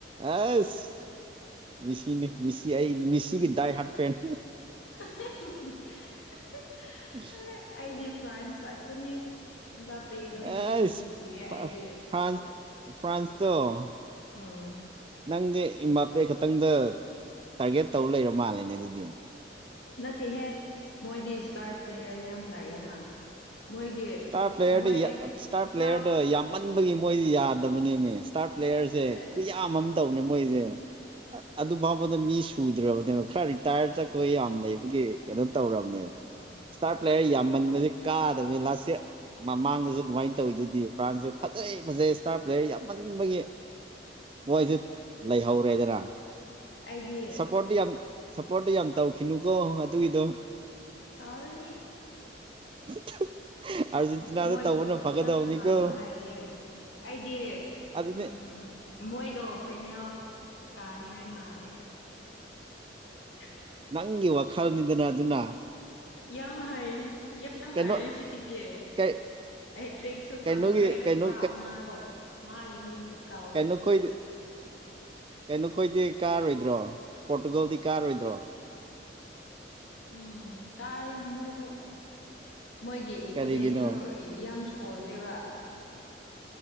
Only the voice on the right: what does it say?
ꯑꯁ ꯃꯤꯁꯤꯅꯤ ꯃꯤꯁꯤ ꯑꯩ ꯃꯤꯁꯤꯒꯤ ꯗꯥꯏ ꯍꯥꯔꯠ ꯐ꯭ꯔꯦꯟꯅꯤ
<unintelligible>
ꯑꯁ
ꯐ꯭ꯔꯥꯟꯁ ꯐ꯭ꯔꯥꯟꯁꯇꯣ
ꯅꯪꯗꯤ ꯏꯝꯕꯥꯄꯦ ꯈꯛꯇꯪꯗ ꯇꯥꯔꯒꯦꯠ ꯇꯧꯔ ꯂꯩꯔ ꯃꯥꯜꯂꯦꯅꯦ ꯑꯗꯨꯗꯤ
ꯏꯁꯇꯥꯔ ꯄ꯭ꯂꯦꯌꯔꯗ
ꯌꯥ ꯏꯁꯇꯥꯔ ꯄ꯭ꯂꯦꯌꯔꯗ
ꯌꯥꯝꯃꯟꯕꯒꯤ ꯃꯣꯏꯗꯤ ꯌꯥꯗꯕꯅꯦ ꯃꯦ ꯏꯁꯇꯥꯔꯠ ꯄ꯭ꯂꯦꯌꯔꯖꯦ
ꯀꯨꯌꯥꯝ ꯑꯃ ꯇꯧꯅꯦ ꯃꯣꯏꯓꯦ ꯑꯗꯨ ꯐꯥꯎꯕꯗ ꯃꯤ ꯁꯨ ꯁꯨꯗ꯭ꯔꯕꯅꯦꯕ ꯈꯔ ꯔꯤꯇꯥꯌꯔ ꯆꯠꯄ ꯌꯥꯝ ꯂꯩꯕꯒꯤ ꯀꯩꯅꯣ ꯇꯧꯔꯝꯅꯦ
ꯏꯁꯇꯥꯔ ꯄ꯭ꯂꯦꯌꯔ ꯌꯥꯝꯃꯟꯕꯗꯩ ꯀꯥꯗꯕꯅꯤ ꯂꯥꯁ‌ ꯏꯔ ꯃꯃꯥꯡꯗꯁꯨ ꯑꯗꯨꯃꯥꯏ ꯇꯧꯋꯤ ꯗꯨꯗꯤ ꯐ꯭ꯔꯥꯟꯁꯁꯦ ꯐꯖꯩ ꯐꯖꯩ ꯏꯁꯇꯥꯔ ꯄ꯭ꯂꯦꯌꯔ ꯌꯥꯝꯃꯟꯕꯒꯤ ꯃꯣꯏꯖꯨ
ꯂꯩꯍꯧꯔꯦꯗꯅ
ꯄꯣꯔꯠꯇꯤ ꯌꯥꯝ ꯁꯞꯄꯣꯔꯠꯇꯤ ꯌꯥꯝ ꯇꯧꯈꯤꯅꯨꯀꯣ ꯑꯗꯨꯒꯤꯗꯣ
<inaudible> ꯑꯥꯔꯖꯦꯟꯇꯤꯅꯥꯗ
ꯇꯧꯕꯅ ꯐꯒꯗꯕꯅꯤꯀꯣ
ꯑꯗꯨꯗꯤ
ꯅꯪꯒꯤ ꯋꯥꯈꯜꯅꯤꯗꯅ ꯑꯗꯨꯅ
ꯀꯩꯅꯣ
ꯀꯩ
ꯀꯩꯅꯣꯒꯤ
ꯀꯩꯅꯣ
ꯀꯩꯅꯣꯈꯣꯏ ꯀꯩꯅꯣ ꯈꯣꯏꯗꯤ ꯀꯥꯔꯣꯏꯗ꯭ꯔꯣ ꯄꯣꯔꯇꯨꯒꯜꯗꯤ ꯀꯥꯔꯣꯏꯗ꯭ꯔꯣ
ꯀꯔꯤꯒꯤꯅꯣ